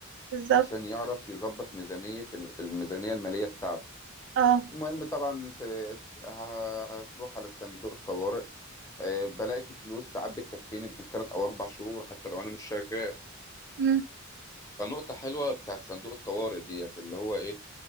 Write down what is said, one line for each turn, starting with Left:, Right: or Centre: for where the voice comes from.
Right: بالظبط
Left: عشان يعرف يظبط ميزانيه الميزانيه الماليه بتاعته
Right: اه
Left: المهم طبعا ت- هتروح على صندوق الطوارئ آه، بلاقي فيه فلوس ساعات بتكفيني بالتلات او اربع شهور حتى لو انا مش شغال
Right: امم
Left: فنقطة حلوة بتاعت صندوق الطوارئ ديت اللي هو ايه